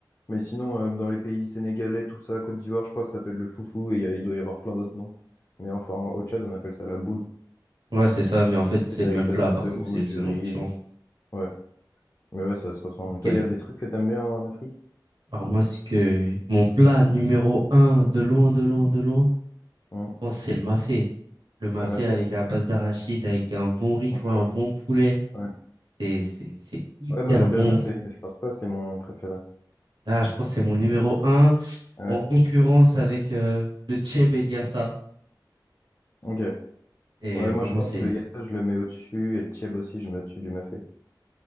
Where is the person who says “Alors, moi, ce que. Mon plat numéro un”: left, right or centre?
Right